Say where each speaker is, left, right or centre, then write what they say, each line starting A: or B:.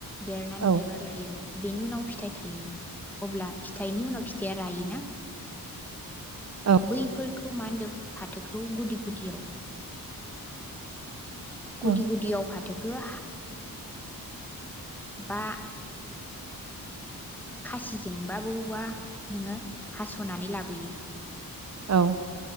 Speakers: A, in the centre; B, on the right.
A: देरनानै
B: औ
A: बिबार लायो। बेनि उनाव फिथाइ थायो अब्ला फिथाइनि उनाव फिथाइया रायोना
B: औ
A: बैफोरखौ खौ मा होन्दों फाथोखौ गुदि गुदियाव गुदि
B: औ
A: गुदियाव फाथो गो बा खासिजोंबा बवबा नोङो हास'नानै लाबोयो।
B: औ